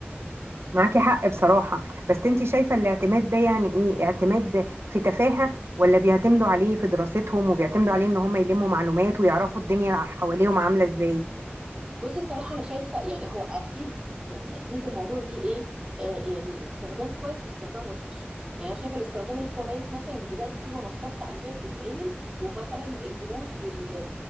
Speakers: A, on the right; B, on the right.
A: معاكي حق بصراحة بس أنتي شايفة الاعتماد ده يعني إيه؟ اعتماد في تفاهة ولا بيعتمدوا عليه في دراستهم وبيعتمدوا عليه إن هم يلموا معلومات ويعرفوا الدنيا حواليهم عاملة إزاي؟
B: بصي صراحة أنا شايفة يعني هو أكيد يعني أكيد الموضوع ليه إيه آه يعني استخدام كويس واستخدام وحش يعني أنا شايفة الاستخدام الكويس مثلا دلوقتي في منصات تعليمية بتتعمل ومثلا الدروس وال